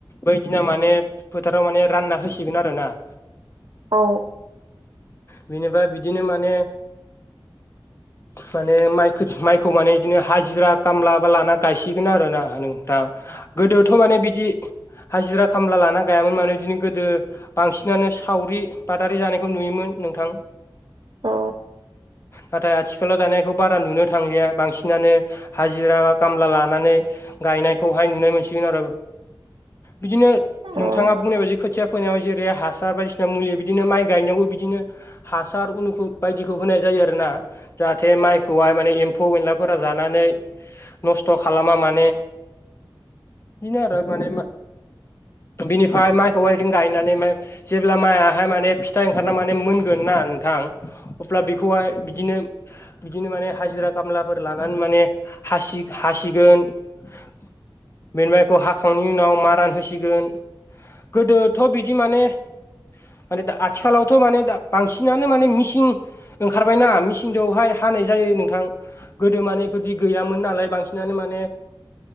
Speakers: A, on the left; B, on the right.
A: बै दिना माने फोथाराव माने रानना होसिगोन आरो ना।
B: औ।
A: बिनिफ्राय बिदिनो माने माने माइ माइखौ माने बिदिनो हाजिरा खामला बा लाना गायसिगोन आरो ना। आ नोंथां गोदोथ' माने बिदि हाजिरा खामला लाना गायामोन माने बिदिनो गोदो बांसिनानो सावरि बादारि जानायखौ नुयोमोन नोंथां।
B: अ।
A: नाथाय आथिखालाव दानायखौ बारा नुनो थांलिया बांसिनानो हाजिरा बा खामला लानानै गायनायखौहाय नुनो मोनसिगोन आरो बिदिनो
B: अ
A: नोंथाङा बुंनाय बायदि खो खोथिया फोनायाव जेरै हासार बायदिसिना मुलि बिदिनो माइ गायनायावबो बिदिनो हासार उनुखुुल बायदिखौ होनाय जायो आरोना जाहाथे माइ खौहाय माने एम्फौ एनलाफोरा जानानै नस्थ' खालामा मा <inaudible> बेनो आरो माने बिनिफाय माय खौहाय जों गायनानै ओमफाय जेब्ला मायाहाय माने फिथा ओंखारना माने मोनगोन ना नोंथां अब्ला बेखौहाय बिदिनो बिदिनो माने हाजिरा खामलाफोर लानानै माने हासि हासिगोन। बेनि उनाव माइखौ हाखांनायनि उनाव मारान होसिगोन गोदो थ' बिदि माने माने दा आथिखालावथ' माने दा बांसिनानो माने मिसिन ओंखारबायना मेचिनजोंहाय हानाय जायो नोंथां। गोदो माने इफादि गैयामोन नालाय बांसिनानो माने